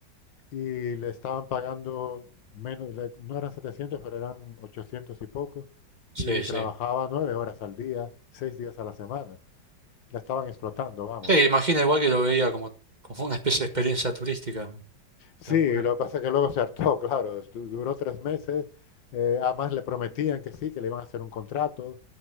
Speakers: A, on the left; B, on the right.
A: y le estaban pagando menos, le- no eran 700 pero eran 800 y poco,
B: sí,
A: y
B: sí.
A: trabajaba nueve horas al día, seis días a la semana. La estaban explotando, vamos.
B: Sí, imagina igual que lo veía como, como una especie de experiencia turística, ¿no?
A: Sí,
B: la mujer.
A: lo que pasa es que luego se hartó, <laughs> claro, estu- duró tres meses, eh, además le prometían que sí, que le iban a hacer un contrato,